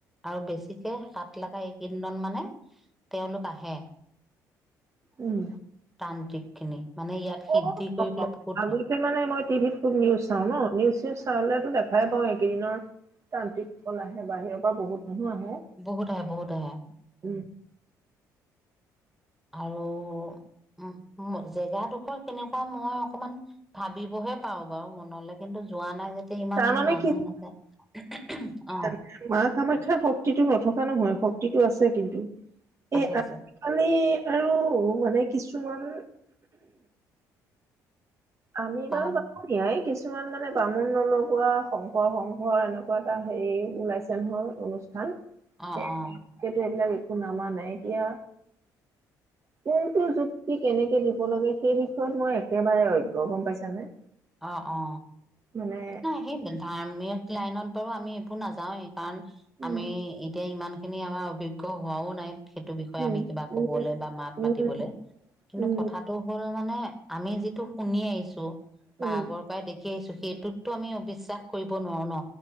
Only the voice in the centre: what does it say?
আৰু বেছি কে সাত লগা এইকেইদিনত মানে তেওঁলোক আহে।
তান্ত্ৰিক খিনি মানে ইয়াত সিদ্ধি
কৰি পেলাই বহুত
বহুত আহে বহুত আহে
আৰু উম জেগাডোখৰ কেনেকুৱা মই অকমান ভাবিবহে পাৰোঁ বাৰু মনলে কিন্তু যোৱা নাই যে ইমান
আহা
নাযায় অ।
আছে
আছে
পাপ
অ
অ
অ অ
নাই সেইবল ধাৰ্মিক লাইনত বাৰু আমি এভো নাযাওঁৱেই কাৰণ
আমি এতিয়া ইমান সেইখিনি আমাৰ অভিজ্ঞ হোৱাও নাই। সেইটো বিষয়ে
আমি কিবা ক'বলৈ
বা মাত
মাতিবলে কিন্তু
কথাটো হ'ল মানে আমি যিটো শুনি আহিছো। বা
আগৰ পৰাই দেখি আহিছো সেইটোতো আমি অবিশ্বাস কৰিব নোৱাৰো ন